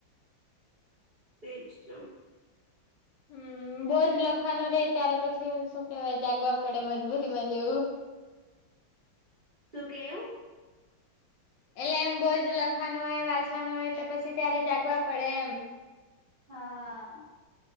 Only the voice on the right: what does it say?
તેચ તો.
સુું કેવુ?
હા.